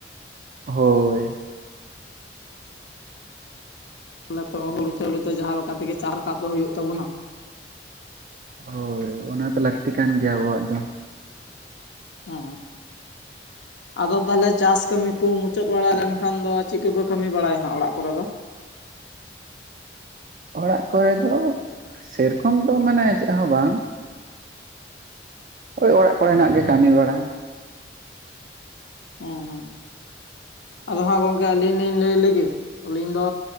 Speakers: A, on the right (about 45°); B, on the left (about 80°).
A: ᱦᱳᱭ᱾
B: ᱛᱟᱞᱮ ᱛᱚ ᱦᱩᱲᱩ ᱪᱟᱣᱞᱮ ᱫᱚ ᱡᱟᱦᱟᱸ ᱞᱮᱠᱟ ᱛᱮᱜᱮ ᱪᱟ ᱨᱟᱠᱟᱵ ᱫᱚ ᱦᱚᱭᱳᱜ ᱛᱟᱵᱚᱱᱟ᱾
A: ᱦᱳᱭ ᱚᱱᱟ ᱛᱚ ᱞᱟᱹᱠᱛᱤ ᱠᱟᱱ ᱜᱮᱭᱟ ᱟᱵᱚᱣᱟᱜ ᱫᱚ᱾
B: ᱦᱩᱸ
A: <inaudible>
B: ᱟᱫᱚ ᱛᱟᱦᱚᱞᱮ ᱪᱟᱥ ᱠᱟᱹᱢᱤ ᱠᱚ, ᱢᱩᱪᱟᱹᱫ ᱵᱟᱲᱟ ᱞᱮᱱᱠᱷᱟᱱ ᱫᱚ, ᱪᱮᱫ ᱠᱚᱯᱮ ᱠᱟᱹᱢᱤ ᱵᱟᱲᱟᱭᱟ ᱦᱟᱸᱜ ᱚᱲᱟᱜ ᱠᱚᱨᱮ ᱫᱚ᱾
A: ᱚᱲᱟᱜ ᱠᱚᱨᱮ ᱫᱚ ᱥᱮᱨᱚᱠᱚᱢ ᱫᱚ ᱢᱟᱱᱮ ᱪᱮᱫ ᱦᱚᱸ ᱵᱟᱝ ᱳᱭ ᱚᱲᱟᱜ ᱠᱚᱨᱮᱱᱟᱜ ᱜᱮ ᱠᱟᱹᱢᱤ ᱵᱟᱲᱟ᱾
B: ᱦᱩᱸ ᱦᱩᱸ ᱟᱫᱚ ᱦᱟᱸᱜ ᱜᱚᱝᱠᱮ ᱟᱹᱞᱤᱧ ᱞᱤᱧ ᱞᱟᱹᱭ ᱞᱮᱜᱮ ᱟᱹᱞᱤᱧ ᱫᱚ